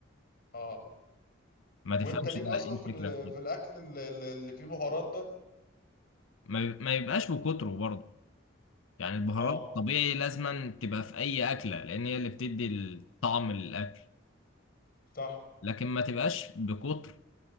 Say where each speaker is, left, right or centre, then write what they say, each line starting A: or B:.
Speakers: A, on the left; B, on the left.
A: آه
B: ما تفهمش
A: وأنت ليك
B: بقى
A: أصلا
B: ايه الفكره
A: في ال-
B: في كده
A: في الأكل اللي اللي فيه بهارات ده
B: ما بي- ما يبقاش بكتره برضه يعني البهارات
A: اه
B: طبيعي لازما تبقى في اي اكله لان هي اللي بتدي الطعم للاكل
A: صح
B: لكن ما تبقاش بكتر